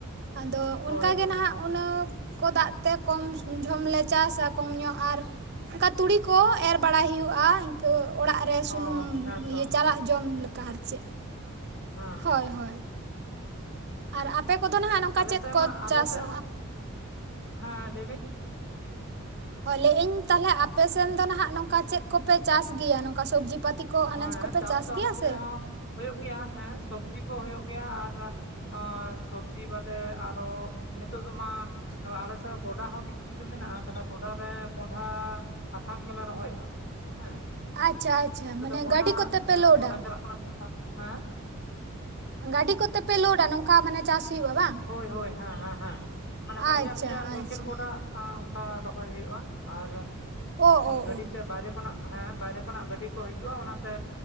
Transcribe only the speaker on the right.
ᱟᱫᱚ
ᱚᱱᱠᱟᱜ
ᱜᱮ ᱱᱟᱦᱟᱜ ᱚᱱᱟ ᱠᱚ ᱫᱟᱜ ᱛᱮ ᱠᱚᱢ ᱡᱚᱢᱞᱮ ᱪᱟᱥᱟ ᱠᱚᱢ ᱧᱚᱜ ᱟᱨ ᱚᱱᱠᱟ ᱛᱩᱲᱤ ᱠᱚ ᱮᱨ ᱵᱟᱲᱟᱭ ᱦᱩᱭᱩᱜ-ᱟ ᱤᱱᱠᱟᱹ ᱚᱲᱟᱜ ᱨᱮ᱾
ᱥᱩᱱᱩᱢ
ᱤᱭᱟᱹ ᱪᱟᱞᱟᱜ ᱡᱚᱢ ᱞᱮᱠᱟ ᱟᱨ ᱪᱮᱫ᱾
ᱦᱳᱭ ᱦᱳᱭ ᱟᱨ ᱟᱯᱮ ᱠᱚᱫᱚ ᱱᱟᱜ ᱱᱚᱝᱠᱟ
ᱪᱮᱫ
ᱠᱚ
ᱪᱟᱥᱼᱟ?
ᱚᱞᱮ ᱤᱧ ᱛᱟᱦᱚᱞᱮ ᱟᱯᱮ ᱥᱮᱱ ᱫᱚ ᱱᱟᱦᱟᱜ ᱱᱚᱝᱠᱟ ᱪᱮᱫ ᱠᱚᱯᱮ ᱪᱟᱥ ᱜᱮᱭᱟ ᱱᱚᱝᱠᱟ ᱥᱚᱵᱽᱡᱤ ᱯᱟᱹᱛᱤ? ᱠᱚ ᱟᱱᱟᱡᱽ
ᱠᱚᱯᱮ
ᱜᱮᱭᱟ
ᱥᱮ
ᱟᱪᱪᱷᱟ ᱟᱪᱪᱷᱟ ᱢᱟᱱᱮ
ᱜᱟᱹᱰᱤ ᱠᱚᱛᱮ ᱯᱮ
ᱞᱳᱰᱟ
ᱜᱟᱹᱰᱤ ᱠᱚ ᱛᱮ ᱯᱮ ᱠᱳᱰᱟ ᱱᱚᱝ ᱠᱟ ᱢᱟᱱᱮ ᱪᱟᱥ ᱦᱩᱭᱩᱜ-ᱟ ᱵᱟᱝ?
ᱟᱪᱪᱷᱟ
ᱟᱪᱪᱷᱟ
ᱚ ᱚ
ᱚ